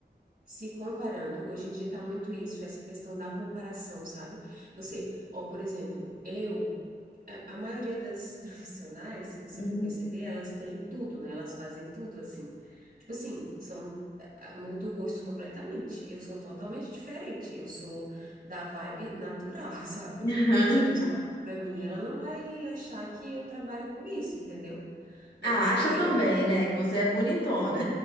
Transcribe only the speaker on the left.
Uhum.
<laughs>
Ah,
acha
também, né, que você é bonitona.